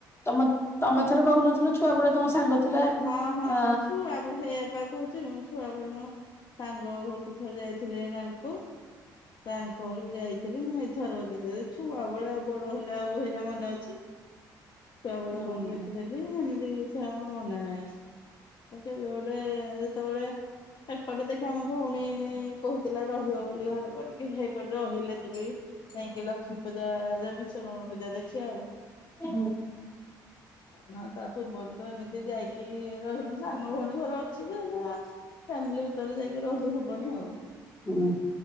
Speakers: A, on the left (about 25°); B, on the left (about 50°).
A: ତୋମେ ତୋମେ ଥରେ କହୁନଥିଲ ଛୁଆବେଳେ ତୋମ ସାଙ୍ଗ ଥିଲା
B: ହଁ, ହଁ
A: ଅ
B: ମୁଁ ଛୁଆ ପ- ହେ ଛୁଆ କହୁଛି ମୋ ଛୁଆ ବେଳେ ମୋ ସାଙ୍ଗ ଘରକୁ ଥରେ ଯାଇଥିଲି ଏ ନାଲକୋ। ତାଙ୍କ ଘରକୁ ଯାଇଥିଲି ମୁଁ ହେଇଥର <unintelligible> ଛୁଆ ବଳେ ଆଉ ବଡ ହେଲେ ଆଉ ହେଇଟା ମନେ ଅଛି। ଛୁଆ ବେଳୁ
A: ହୁଁ
B: କଣ ଦେଖିଥିଲି ସେମିତି କିଛି ଆଉ ମୋର ମନେ ନାହିଁ। ମୋତେ ବେଡେ ଯେତବେଳେ ଏପଟେ ଦେଖ ଆମ ଭଉଣୀ କହୁଥିଲା ରହିବ ବୋଲି ଘର କରିକି ସେଇପଟେ ରହିଲେ ଯିବି। ଯାଇକି ଲକ୍ଷ୍ମୀ ପୂଜା ଯେ ବିଶ୍ୱକର୍ମା ପୂଜା ଦେଖିବା ଆଉ।
A: ହୁଁ
B: ଆଉ ନହନ ତାପୂର୍ବରୁ ତ ଏମି ସେ ଯାଇକି ରହିବନି ସାନ ଭଉଣୀ ଘର ଅଛି ଯେ <unintelligible> ଫ୍ୟାମିଲି ଭିତରେ ଯାଇକି ରହି ହବନି ଆଉ।
A: ଉଁ,